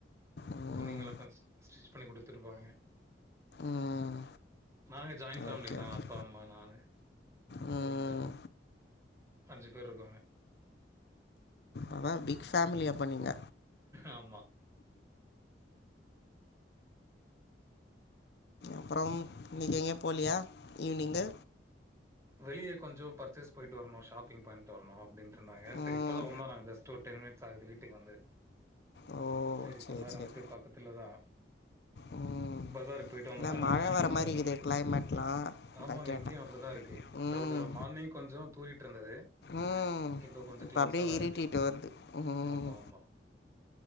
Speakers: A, on the left; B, on the right.
A: ம்
B: துணிங்கள பஸ்ட் ஸ்டிச் பண்ணி குடுத்துருப்பாங்க
A: ம்
B: நாங்க ஜாயிண்ட் ஃபேமிலி
A: ஓகே
B: தா
A: ஓகே
B: அப்பா அம்மா நானு
A: ம்
B: கொழந்த அஞ்சு பேர் இருக்கோங்க
A: அதா பிக் ஃபேமிலி அப்ப நீங்க
B: ஆமா
A: அப்றோம் இன்னிக் எங்கியு போல்லியா ஈவ்னிங்கு
B: வெளிய கொஞ்சோ பர்ச்சேஸ் போய்ட்டு வர்னு ஷாப்பிங் பண்ட்டு வர்னு அப்டின்ட்டு இருந்தாங்க சரி
A: ம்
B: இப்ப தா வந்தா நாங்க ஜஸ் டூ டென் மினிட்ஸ் ஆகுது வீட்டுக்கு வந்து
A: ஓ
B: செரி
A: சரி
B: கொண் நேரோ இருந்துட்டு
A: சரி
B: பக்கத்துல தா
A: ம்
B: பசாருக் போய்ட்டு வந்தோனா
A: இல்லை
B: எல்லா
A: மழை
B: வாங்கிட்
A: வர
B: வந்தர்லா
A: மாதிரி இருக்குது
B: அப்டின்ட்டு
A: கிளைமேட்லாம்
B: ஆமாங்க
A: அதான் கேட்டேன்
B: இங்யு அப்டி தா இருக்கு
A: ம்
B: கிளவ்டு மார்னிங் கொஞ்சோ தூறிட் இருந்தது
A: ம்
B: இப்ப கொஞ்ச
A: இப்போ
B: கிளவுட்ஸா
A: அப்படியே
B: தா
A: இருட்டிட்டு
B: இருக்கு
A: வருது ம்
B: ஆமா ஆமா